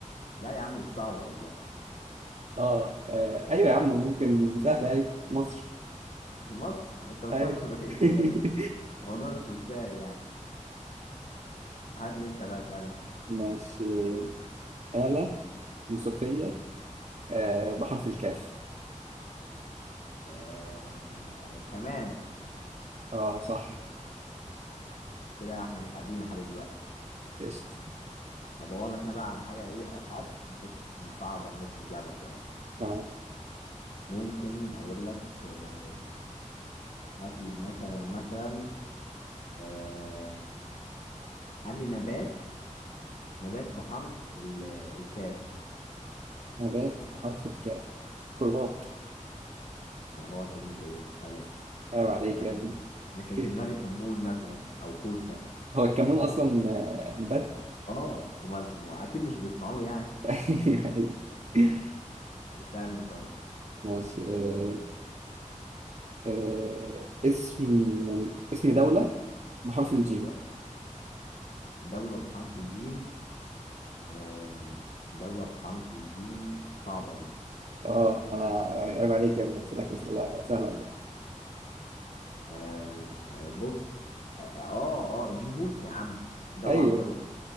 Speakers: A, on the left; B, on the right.
A: لا يا عم مش صعب والله
B: اه آه، ايوه يا عم ممكن سهلة اي مصر
A: مصر انت بتفكر
B: اي
A: في ايه
B: <laughs>
A: بس الموضوع مش مستاهل يعني هات لي انت بقى اسألني
B: ماشي آلة موسيقية آه. بحرف الكاف
A: آم، آه، كمان
B: اه صح
A: كده احنا متعدين لحد دلوقتي
B: قشطة
A: هدور لك انا بقى على حاجة ايه اصعب بحيث نصعب على النت من اللعبة شوية
B: تمام
A: ممكن اقول لك آم، هات لي مثلا مثلا آم، هات لي نبات نبات بحرف ال- الكاف
B: نبات بحرف الكاف كرات
A: والله ان الايه حلوة
B: عيب عليك
A: انا
B: يا
A: كان
B: ابني
A: انا
B: <laughs>
A: كان في دماغي كمون مثلا او كوسة
B: هو الكمون اصلا آه، نبات
A: اه امال اسمه اكيد مش بيسمعوه يعني
B: <laughs>
A: <laughs> سألني طيب
B: ماشي آه، آه، اسم اسم دولة بحرف الجيم
A: ايوه دولة بحرف الجيم آم، دولة بحرف الجيم صعبة دي
B: اه انا عيب عليك يا ابني اسالك اسئله سهله ولا إيه؟
A: آم، آه، بص اه اه آه، جيبوتي يا عم دولة
B: ايوه
A: عربية يا عم